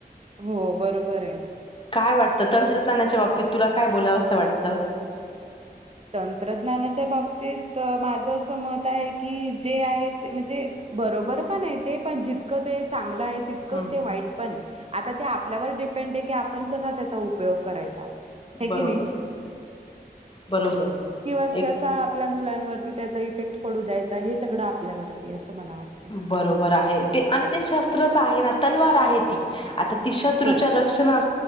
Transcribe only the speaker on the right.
हो बरोबरय.
तंत्रज्ञानाच्या बाबतीत, माझं असं मत आहे की, जे आहेत ते म्हणजे, बरोबर पणय ते पण, जितकं ते चांगलंय तितकंच
ते वाईट पणय. आता ते आपल्यावर डिपेंड आहे की, आपण कसा त्याचा उपयोग करायचा. हे
की नाही
किंवा
कसा आपल्या मुलांवरती त्याचा इफेक्ट पडू द्यायचा हे सगळं आपल्यावरती आहे, असं मला वाटते
हो